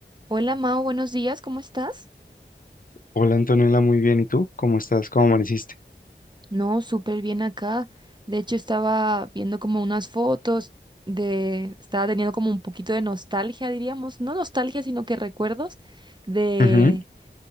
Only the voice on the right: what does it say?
Hola Mao, buenos días, ¿cómo estás?
No, súper bien acá. De hecho, estaba viendo como unas fotos de, estaba teniendo como un poquito de nostalgia, diríamos, no nostalgia, sino que recuerdos de